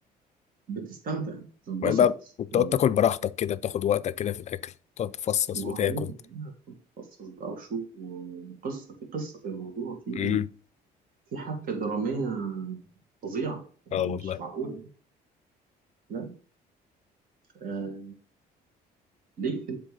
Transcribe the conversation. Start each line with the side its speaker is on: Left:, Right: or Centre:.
Right: بتستمتع تتبسط
Left: وبعدين بقى بتقعد
Right: يعني
Left: تاكل براحتك كده بتاخد وقتك كده في الأكل تقعد تفصص
Right: ما
Left: وتاكل
Right: هو لازم بقى تتخصص بقى وشوف وقصة في قصة في الموضوع في
Left: امم
Right: في حبكة درامية فظيعة يعني
Left: اه
Right: مش
Left: والله
Right: معقول يعني لا آه ليك في